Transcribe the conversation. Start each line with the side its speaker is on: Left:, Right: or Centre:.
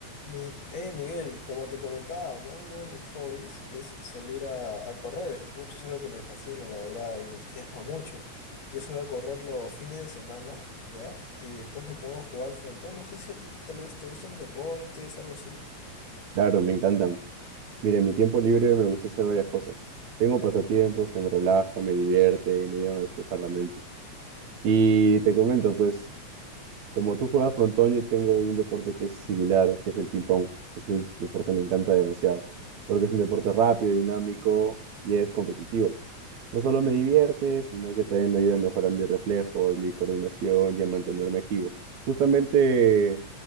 Left: Mi, eh, Miguel, como te comentaba, ¿no? Uno de mis hobbies es salir a, a correr. Es Mucho es algo que me fascina, la verdad, y me entusiasma mucho. Yo suelo correr los fines de semana, ¿ya? Y después me pongo a jugar frontón. No sé si a ti tal vez te gusten los deportes, algo así.
Right: Claro, me encantan. Mire, en mi tiempo libre me gusta hacer varias cosas. Tengo pasatiempos que me relajan, me divierten y me ayudan a despejar la mente. Y te comento, pues, como tú juegas frontón, yo tengo un deporte que es similar, que es el ping-pong. Ese deporte me encanta demasiado, porque es un deporte rápido, dinámico y es competitivo. No solo me divierte, sino que también me ayuda a mejorar mis reflejos, mi coordinación y a mantenerme activo. Justamente